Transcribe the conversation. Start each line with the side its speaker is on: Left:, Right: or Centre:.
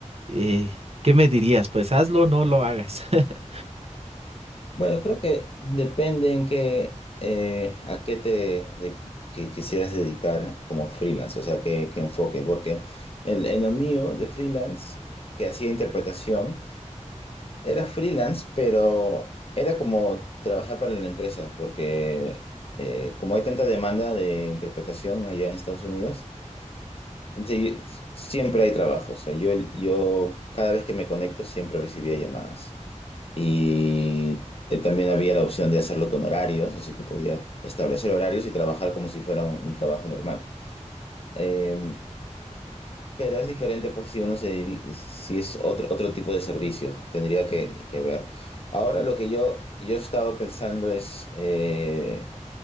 Right: eh, ¿qué me dirías? Pues hazlo o no lo hagas. <laughs>
Left: Bueno, creo que depende en qué, eh, a qué te de- que quisieras dedicar como freelance, o sea, qué, qué enfoque, porque en, en lo mío de freelance, que hacía interpretación, era freelance, pero era como trabajar para la empresa, porque eh, como hay tanta demanda de interpretación allá en Estados Unidos, sí, siempre hay trabajo, o sea, yo, yo cada vez que me conecto siempre recibía llamadas. Y eh, también había la opción de hacerlo con horarios, así que podía establecer horarios y trabajar como si fuera un, un trabajo normal. Eh, pero es diferente, pues, si uno se divi- si es otro, otro tipo de servicio, tendría que, que ver. Ahora lo que yo, yo he estado pensando es eh,